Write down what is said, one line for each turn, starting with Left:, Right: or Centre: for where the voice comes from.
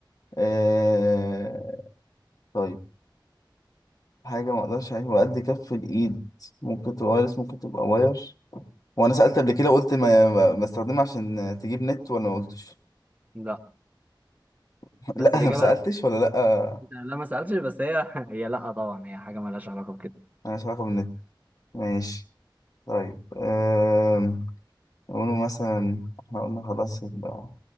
Left: آه... طيب حاجة ما أقدرش عليها وقد كف الإيد ممكن تبقى وايرلس ممكن تبقى واير وأنا سألت قبل كده قلت ما ما- بستخدمها عشان تجيب نت ولا ما قلتش
Right: لا
Left: <laughs>
Right: بس
Left: لا
Right: الاجابه
Left: انا ما سالتش
Right: لا
Left: ولا لا
Right: انت لا ما سالتش بس هي <laughs> هي لا طبعا هي حاجه مالهاش علاقه بكده
Left: مالهاش علاقه بالنت ماشي طيب أم... نقوله مثلا احنا قلنا خلاص يبقى